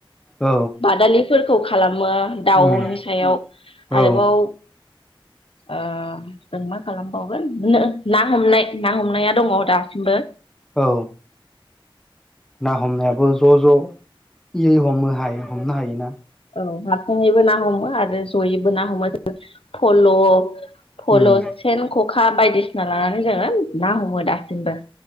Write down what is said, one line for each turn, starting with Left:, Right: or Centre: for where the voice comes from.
Centre: औ
Left: बादालिफोरखौ खालामो, दाउनि
Centre: उम
Left: सायाव
Centre: औ
Left: आरोबाव ओ जों मा खालामबावगोन ना हमनाय, ना हमनाया दङ दासिमबो।
Centre: औ ना हमनायाबो ज' ज' इयै हमो ह हमनो हायोना <unintelligible>
Left: औ हारासिङैबो ना हमो आरो जयैबो ना हमो जेरै फल' फल'
Centre: उम
Left: सेन ख'खा बायदिसिना लानानै जोङो ना हमो दासिमबो